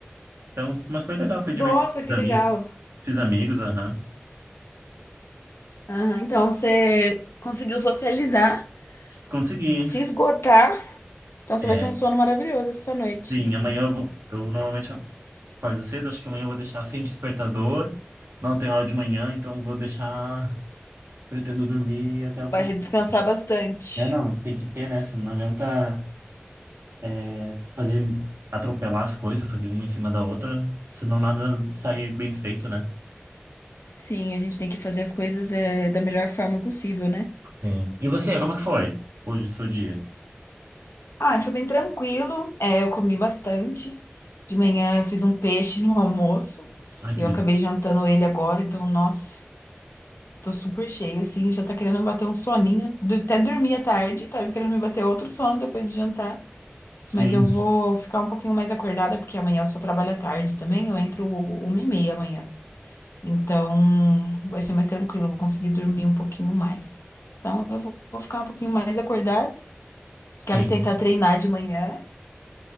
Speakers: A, on the right (about 75°); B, on the left (about 80°).
A: Então, mas foi legal, foi
B: Nossa,
A: divertido. Fiz
B: que
A: amigos,
B: legal.
A: fiz amigos, aham.
B: Aham, Então você conseguiu socializar,
A: Consegui.
B: se esgotar. Então você
A: É,
B: vai ter um sono maravilhoso essa noite.
A: sim, amanhã eu vou, eu normalmente acordo cedo, acho que amanhã eu vou deixar sem despertador. Não tem aula de manhã, então vou deixar, pretendo dormir até o
B: Vai
A: consigo.
B: descansar bastante.
A: É, não, tem que ter, né? Senão Não adianta é, fazer atropelar as coisas, fazer uma em cima da outra, senão nada sair bem feito, né?
B: Sim, a gente tem que fazer as coisas é, da melhor forma possível, né?
A: Sim. E você, como é que foi hoje, o seu dia?
B: Ah, foi bem tranquilo. É, eu comi bastante. De manhã eu fiz um peixe no almoço
A: Ai,
B: e
A: que
B: eu
A: delícia.
B: acabei jantando ele agora, então, nossa, tô super cheia, assim, já tá querendo bater um soninho. Du- Até dormi à tarde, tava querendo me bater outro sono depois de jantar.
A: Sim,
B: Mas eu vou ficar um pouquinho mais acordada, porque amanhã eu só trabalho à tarde também, eu entro uma e meia amanhã. Então, vai ser mais tranquilo, eu vou conseguir dormir um pouquinho mais. Então, eu vou vou ficar um pouquinho mais acordada.
A: sim,
B: Quero tentar treinar de manhã.